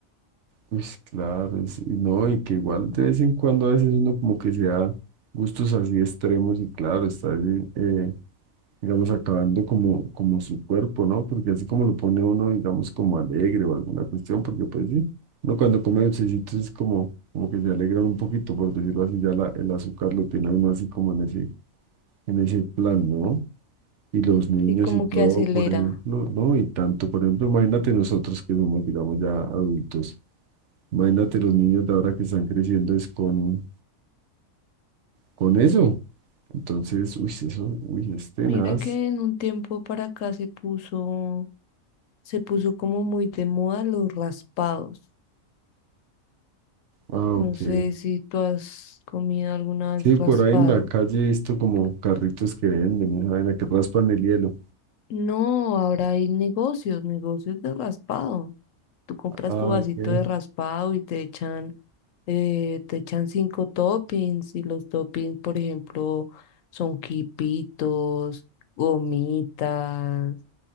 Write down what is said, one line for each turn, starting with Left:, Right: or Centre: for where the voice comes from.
Right: Pues claro, es- y no, y que igual de vez en cuando a veces uno como que se da gustos así extremos y claro, está así, eh, digamos, acabando como, como su cuerpo, ¿no? Porque así como lo pone uno, digamos, como alegre o alguna cuestión, porque pues sí, uno cuando come dulcecitos es como, como que se alegran un poquito, por decirlo así, ya la, el azúcar lo tiene uno así como en ese, en ese plan, ¿no? Y los niños
Left: Y como
Right: y todo,
Left: que acelera.
Right: por ejemplo, ¿no? Y tanto, por ejemplo, imagínate nosotros que somos, digamos, ya adultos. Imagínate los niños de ahora que están creciendo es con, con eso. Entonces, uy, eso, uy, es tenaz.
Left: Mira que en un tiempo para acá se puso se puso como muy de moda los raspados.
Right: Ah,
Left: No
Right: ok.
Left: sé si tú has comido alguna vez
Right: Sí,
Left: raspado.
Right: por ahí en la calle he visto como carritos que venden, esa vaina que raspan el hielo.
Left: No, ahora hay negocios, negocios de raspado. Tú compras
Right: Ah,
Left: tu vasito
Right: ok.
Left: de raspado y te echan, eh, te echan cinco toppings y los toppings, por ejemplo, son quipitos, gomitas,